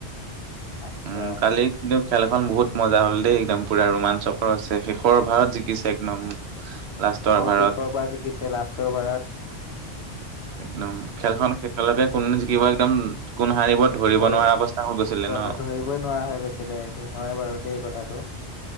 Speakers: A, on the left; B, on the right.
A: আচ্ছা
B: উম! কালি কিন্তু খেলখন বহুত মজা হ'ল দেই! একদম পূৰা ৰোমাঞ্চকৰ আছে, শেষৰ অভাৰত জিকিছে একদম। লাষ্টৰ
A: অ'!
B: অভাৰত
A: শেষৰ পৰা জিকিছে, লাষ্টৰ বাৰত।
B: একদম, খেলখন শেষলৈকে কোন জিকিব, একদম, কোন সাৰিব ধৰিব
A: ধৰি
B: নোৱাৰা অৱস্থা হৈ গৈছিলে
A: কথা
B: ন'!
A: ধৰিবই নোৱাৰা হৈ গেছিলে। হে হয় বাৰু দেই, কথাটো।